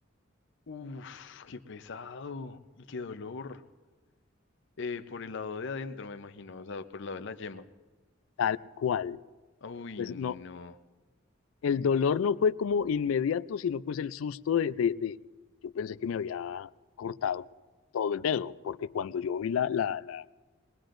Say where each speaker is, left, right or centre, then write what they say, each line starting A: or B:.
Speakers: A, on the left (about 60°); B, on the left (about 75°).
A: Uf, qué pesado y qué dolor. Eh, por el lado de adentro, me imagino, o sea, por el lado de la yema.
B: Tal cual.
A: Uy,
B: Pues
A: no.
B: no, el dolor no fue como inmediato, sino pues el susto de, de, de- yo pensé que me había cortado todo el dedo, porque cuando yo vi la, la, la-